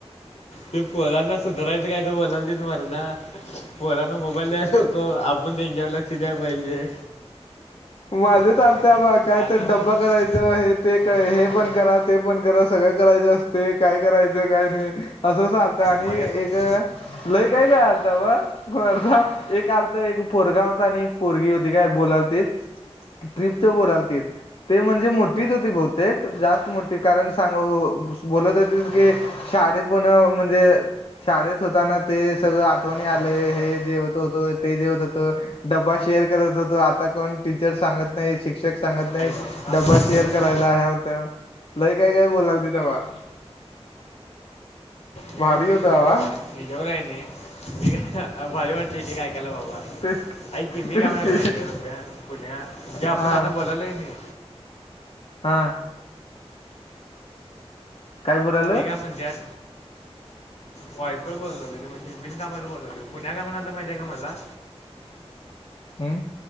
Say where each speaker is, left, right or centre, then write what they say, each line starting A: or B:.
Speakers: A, on the left (about 80°); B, on the left (about 60°).
A: ते पोरांना सुधारायचं काय तू म्हणला दिन म्हणना, पोरांना मोबाईल द्यायचा होतो आप् पण त्यांच्याकडे लक्ष द्यायला पाहिजे
B: माझे
A: ऐकाल
B: चालतय पहा
A: नाही.
B: काय
A: आता
B: तर
A: मग
B: डब्बा करायचं हे ते, हे पण करा ते पण करा सगळं करायचं असते काय करायचं काय नाही असं आणि
A: मागत
B: एक लई काय काय आलता ब एक आता एक पोरगा होता आणि एक पोरगी होती काय बोलाल ट्रिपचा बोलू राहिले होते, ते म्हणजे मोठेच होते बहुतेक जास्् होते कारण सांग बोलत होते की शाळे पण म्हणजे शाळेत होताना ते सगळं आठवणी आले हे जेवत होत ते जवत होत डबा शेअर करत होतो आता कोण टीचर सांगत नाही शिक्षक सांगत नाही
A: ऐक असं असं
B: डबा शेअर
A: बोलाल
B: करायला
A: ना
B: ह्याव त्याव लई काय काय बोलात होत्या बा
A: मी
B: भारी
A: काय म्हणाला
B: होता
A: माहिती
B: तवा
A: आहे काय मी जेवर आहे मी का भारी वाटतेे की काय केला बाबा
B: तेच
A: ऐक की, मी
B: तेच
A: काय म्हणालो
B: की
A: माहिती का रुप्या सोन्या
B: हा
A: जे आपण आता बोलायलो क नाही.
B: हा. काय बोलालोय
A: मी काय म्हणत्यात, वायफळ बोलत होते, ते म्हणजे बिलकामाच बोलायले. पुण्या काय म्हणाला होता माहिती का मला
B: हम्म.